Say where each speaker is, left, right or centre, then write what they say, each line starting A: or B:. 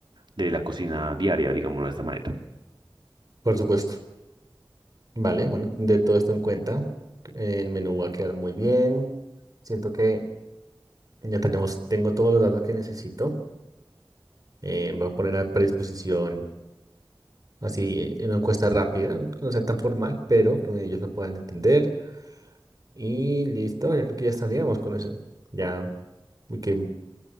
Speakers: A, on the right; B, on the right.
A: de la cocina diaria, digámoslo de esta manera.
B: por supuesto. Vale, bueno, de todo esto en cuenta, el menú va a quedar muy bien. Siento que ya tenemos, tengo todos los datos que necesito. Eh, voy a poner a predisposición así eh, una encuesta rápida, ¿no? que no sea tan formal, pero que me- ellos me puedan entender. Y listo, ya creo que ya estaríamos con eso. Ya y que